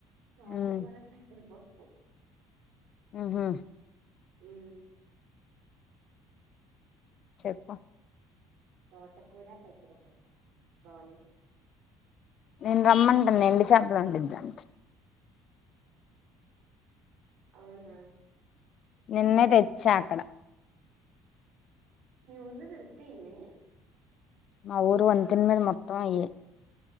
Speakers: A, on the left (about 50°); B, on the right (about 75°).
A: హ్మ్
B: తోటకుర పెసరపప్పు
A: ఉహు
B: ఉమ్
A: చెప్పు
B: తోటకూర పెసరపప్పు బాగుంది
A: నేను రమ్మంటాదీ ఎండి చేపలు వండిద్దం అంట
B: అవునా
A: నిన్నే తెచ్చ ఆక్కడ
B: మీ ఊర్లో జరుగుతే ఏమే
A: మా ఊరు వంతెని మీద మొత్తం అయ్యే